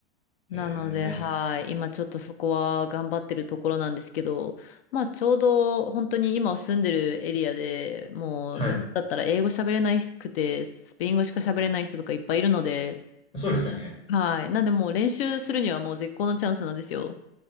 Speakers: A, on the left; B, on the left.
A: へえ。
B: なので、はい。今ちょっとそこは頑張ってるところなんですけど、まあちょうど本当に今住んでるエリアでもう、
A: はい。
B: なんだったら英語喋れなくて、スペイン語しか喋れない人とかいっぱいいるので、
A: そうですよね。
B: はい。なんでもう練習するにはもう絶好のチャンスなんですよ。